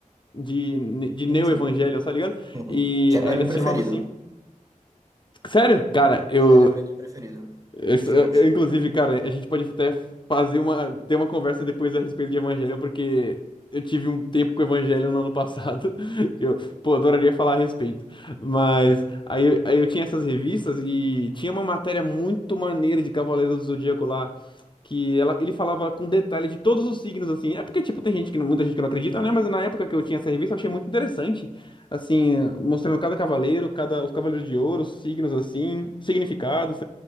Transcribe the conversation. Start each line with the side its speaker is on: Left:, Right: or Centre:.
Left: de, de Neo
Right: Sim, sim.
Left: Evangelion, tá ligado?
Right: Uhum.
Left: E
Right: Que é meu
Left: aí
Right: anime
Left: ela se
Right: preferido.
Left: chamava assim. Sério? Cara, eu,
Right: Já ele é meu anime preferido.
Left: isso,
Right: De
Left: eu-
Right: longe.
Left: eu, inclusive, cara, a gente pode até fazer uma, ter uma conversa depois a respeito de evangelho, porque eu tive um tempo com o evangelho no ano passado. <laughs> Eu, pô, adoraria falar a respeito. Mas aí, eu- aí eu tinha essas revistas e tinha uma matéria muito maneira de Cavaleiros do Zodíaco lá, que ela, ele falava com detalhe de todos os signos, assim. É porque, tipo, tem gente que, não- muita gente que não acredita, né? Mas na época que eu tinha essa revista, eu achei muito interessante. Assim, mostrando cada cavaleiro, cada, os cavaleiros de ouro, os signos, assim, significados.